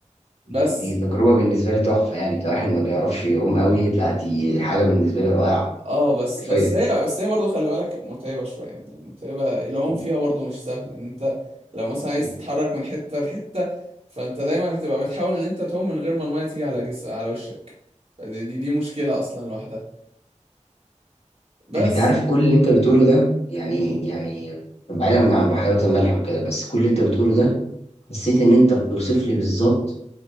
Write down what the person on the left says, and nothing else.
دي
دي تجربه بالنسبه لي تحفه يعني كواحد ما بيعرفش يعوم قوي لا دي حاجه بالنسبه لي رائعه
حرفيا
مم.
مم.
انت عارف كل اللي انت بتقوله ده يعني
يعني بعيدا عن بحيرات الملح وكده بس كل اللي انت بتقوله ده حسيت ان انت بتوصف لي بالظبط